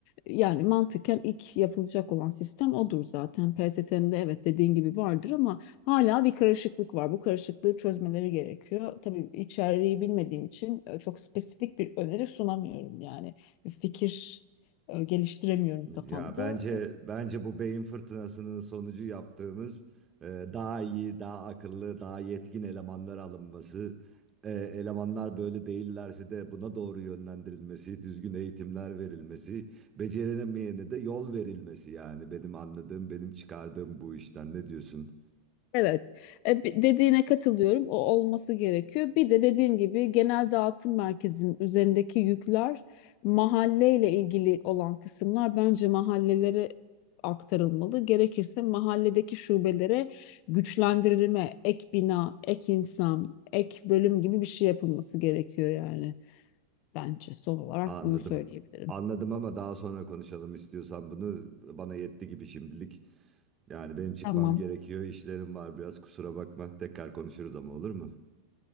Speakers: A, on the left; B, on the right.
A: Yani mantıken ilk yapılacak olan sistem odur zaten. PTT'nin de evet dediğin gibi vardır ama hala bir karışıklık var. Bu karışıklığı çözmeleri gerekiyor. Tabii içeriği bilmediğim için e, çok spesifik bir öneri sunamıyorum yani. Bir fikir e, geliştiremiyorum
B: Ya
A: kafamda.
B: bence bence bu beyin fırtınasının sonucu yaptığımız e, daha iyi, daha akıllı, daha yetkin elemanlar alınması, e, elemanlar böyle değillerse de buna doğru yönlendirilmesi, düzgün eğitimler verilmesi, beceremeyene de yol verilmesi yani benim anladığım, benim çıkardığım bu işten. Ne diyorsun?
A: Evet, E, bi- dediğine katılıyorum. O olması gerekiyor. Bir de dediğim gibi genel dağıtım merkezinin üzerindeki yükler mahalleyle ilgili olan kısımlar bence mahallelere aktarılmalı. Gerekirse mahalledeki şubelere güçlendirilme, ek bina, ek insan, ek bölüm gibi bir şey yapılması gerekiyor yani. Bence son olarak
B: Anladım.
A: bunu söyleyebilirim.
B: Anladım ama daha sonra konuşalım istiyorsan bunu. Bana yetti gibi şimdilik. Yani benim çıkmam
A: Tamam,
B: gerekiyor. İşlerim var biraz kusura bakma. Tekrar konuşuruz ama olur mu?